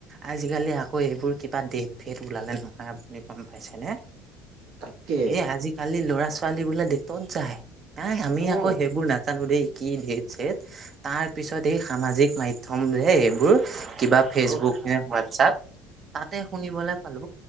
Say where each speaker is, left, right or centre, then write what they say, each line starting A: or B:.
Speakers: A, on the right; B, on the right.
A: আজিকালি আকৌ এইবোৰ কিবা ডেট ফেট ওলালে নহয় আপুনি গম পাইছেনে
B: তাকে
A: হে আজিকালি ল'ৰা ছোৱালী বোলে ডেতত যায় নাই আমি
B: অ
A: আকৌ সেইবোৰ নাথ জানো দে কি ডেত চেদ তাৰ পিছত এই সামাজিক মাধ্যম এইবোৰ কিবা ফেচবুক
B: অ
A: নে হোৱাটছআপ তাতে শুনিবলে পালো